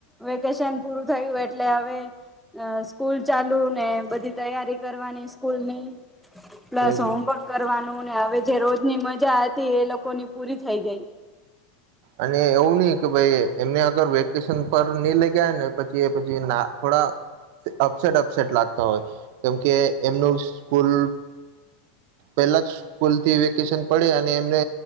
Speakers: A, in the centre; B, on the right.
A: વેકેશન પૂરું થયું એટલે હવે સ્કૂલ ચાલુ ને બધી તૈયારી કરવાની સ્કૂલ ની
B: જાય
A: પ્લસ હોમવર્ક કરવાનું નો ને હવે જે રોજની મજા હતી એ લોકોની પૂરી થઈ ગઈ
B: અને એવું નઈ કે ભાઈ એમને અગર વેકેશન પર લઈ ગયા ને પછી પછી ના થોડા અપસેટ અપસેટ લાગતા હોય કેમ કે એમનું સ્કૂલ પેલા જ સ્કૂલ થી વેકેશન પડે અને એમને